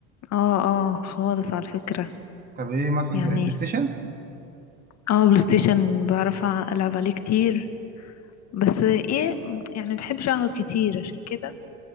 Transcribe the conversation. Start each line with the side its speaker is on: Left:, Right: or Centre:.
Left: اه اه خالص على فكرة
Right: طب ايه مثلا
Left: يعني
Right: زي البلاي ستيشن
Left: اه بلاي ستيشن بعرف ألعب عليه كتير بس ايه يعني مبحبش اقعد كتير عشان كده